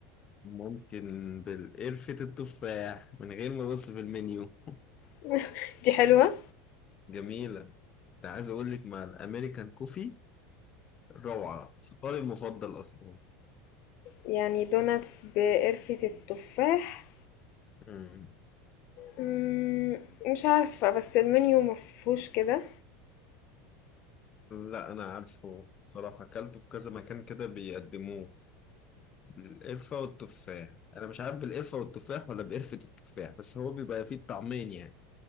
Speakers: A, on the left (about 25°); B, on the left (about 50°).
A: ممكن بالقرفة التفاح من غير ما أبص في المنيو
B: <laughs> دي حلوة
A: جميلة ده عايز أقول لك مع الأمريكان كوفي روعة فطاري المفضل أصلا
B: يعني دوناتس بقرفة التفاح
A: مم.
B: مم، مش عارفة بس المنيو مفهوش كده
A: لا أنا عارفه بصراحة أكلته في كذا مكان كده بيقدموه بالقرفة والتفاح أنا مش عارف بالقرفة والتفاح ولا بقرفة التفاح بس هو بيبقى فيه الطعمين يعني